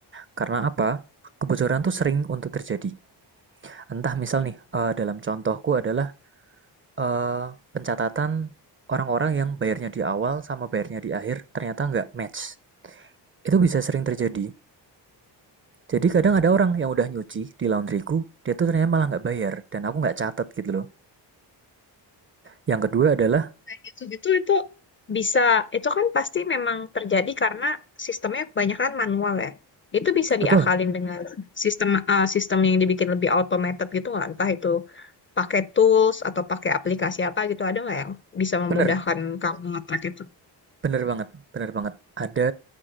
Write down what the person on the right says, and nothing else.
Karena apa? Kebocoran tuh sering untuk terjadi. Entah misal nih, eh, dalam contohku adalah eh, pencatatan orang-orang yang bayarnya di awal sama bayarnya di akhir ternyata nggak match. Itu bisa sering terjadi. Jadi kadang ada orang yang udah nyuci di laundryku, dia tuh ternyata malah nggak bayar dan aku nggak catat gitu loh. Yang kedua adalah
betul,
bener,
bener banget, bener banget. Ada